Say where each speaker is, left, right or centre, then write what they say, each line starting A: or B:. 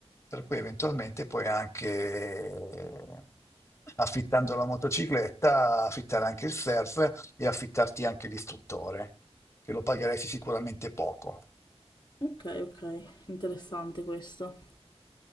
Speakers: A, on the left (about 25°); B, on the left (about 40°).
A: per cui eventualmente puoi anche, eh, affittando la motocicletta, affittare anche il surf e affittarti anche l'istruttore, che lo pagheresti sicuramente poco.
B: ok, ok, interessante questo.